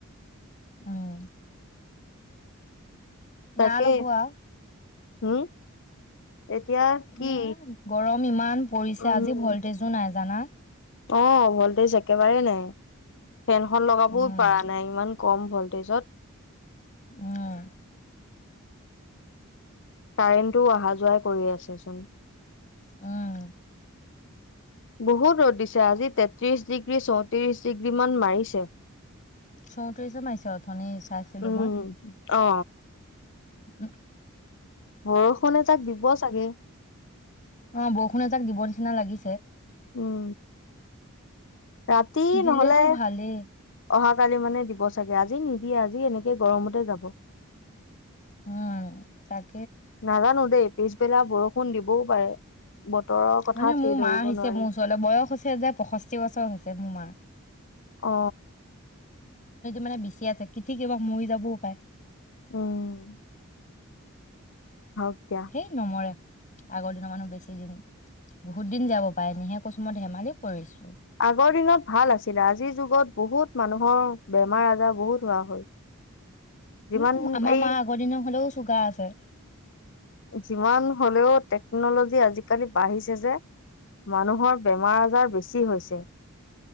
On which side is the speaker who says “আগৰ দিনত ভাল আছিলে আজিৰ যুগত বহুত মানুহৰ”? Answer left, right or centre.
Left